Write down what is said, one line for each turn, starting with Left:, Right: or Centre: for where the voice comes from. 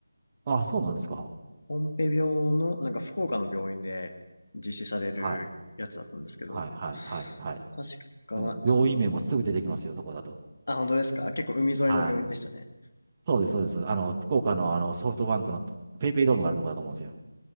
Right: ああ、そうなんですか。
Left: ポンペ病の、なんか福岡の病院で実施されるやつだったんですけど、
Right: はい。はい、はい、はい、はい。
Left: 確か、
Right: の病院名もすぐ出てきますよ、
Left: あの、
Right: そこだと。
Left: あ、本当ですか結構海沿いの病院でしたね。
Right: はい。そうです、そうです。あの、福岡のあのソフトバンクのペイペイドームがあるところだと思うんですよ。